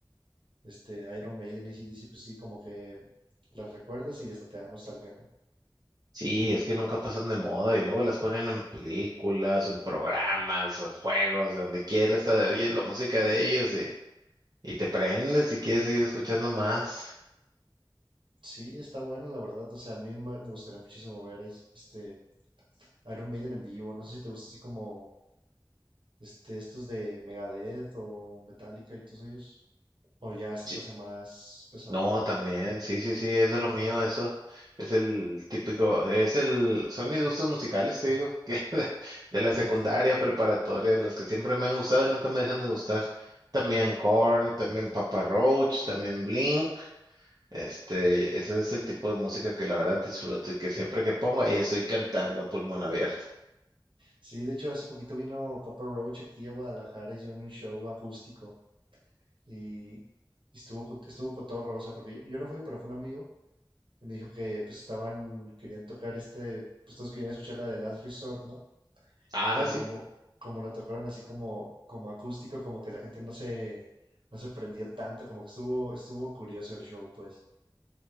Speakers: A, on the right (about 70°); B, on the right (about 50°).
A: este, Iron Maiden y A C D C pues sí, como que las recuerdas y hasta te da nostalgia, ¿no?
B: Sí, es que nunca pasan de moda y luego las ponen en películas, o en programas, o en juegos, de donde quieras, ah, oyes la música de ellos y, y te prendes y quieres seguir escuchando más.
A: Sí, está bueno, la verdad. O sea, a mí me gustaría muchísimo ver a is- este Iron Maiden en vivo. No sé si te gusta así como este, estos de Megadeth o Metallica y todos ellos. O ya este
B: Sí,
A: te hace más pesadón
B: No, también,
A: o no sé.
B: sí, sí, sí, eso es de lo mío, eso. Es el típico, es el, son mis gustos musicales, te digo, que <laughs> de, de la secundaria,
A: Ujú.
B: preparatoria, los que siempre me han gustado y nunca me dejan de gustar. También Korn, también Papa Roach, también Blink. Este, ese es el tipo de música que la verdad disfruto y que siempre que pongo ahí estoy cantando a pulmón abierto.
A: Sí, de hecho, hace poquito vino Papa Roach aquí a Guadalajara, hicieron un show acústico y estuvo, co- estuvo cotorro, o sea, porque yo, yo no fui, pero fue un amigo y me dijo que pues estaban, querían tocar este, pues todos querían escuchar la de Last Resort, ¿no?
B: Ah,
A: Pero
B: sí.
A: como, como la tocaron así como, como acústico, como que la gente no se, no se prendió tanto, como que estuvo, estuvo curioso el show, pues.